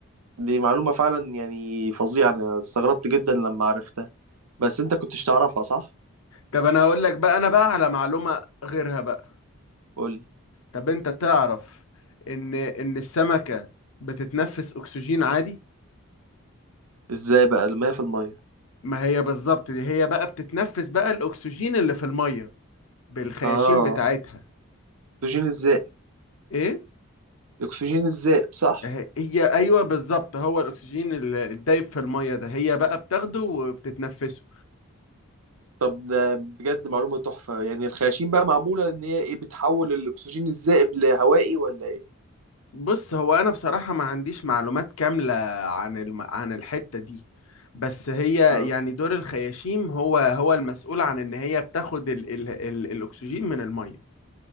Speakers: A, on the right; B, on the left.
A: دي معلومه فعلا يعني فظيعه انا استغربت جدا لما عرفتها بس انت كنتش تعرفها صح
B: طب انا هقول لك بقى انا بقى على معلومه غيرها بقى
A: قول لي
B: طب انت تعرف ان ان السمكه بتتنفس اكسجين عادي
A: ازاي بقى المية في المية
B: ما هي بالظبط دي هي بقى بتتنفس بقى الاكسجين اللي في الميه بالخياشيم
A: اه
B: بتاعتها
A: اكسجين الزائب
B: ايه
A: اكسجين الزائب صح
B: آه، هي ايوه بالظبط هو الاكسجين ال- الدايب في الميه ده هي بقى بتاخده وبتتنفسه
A: طب ده بجد معلومه تحفه يعني الخياشيم بقى معموله ان هي ايه بتحول الاكسجين الزائب لهوائي ولا ايه
B: بص هو انا بصراحه ما عنديش معلومات كامله عن الم... عن الحته دي بس هي
A: اه
B: يعني دور الخياشيم هو هو المسؤول عن ان هي بتاخد ال... ال... ال... الاكسجين من الميه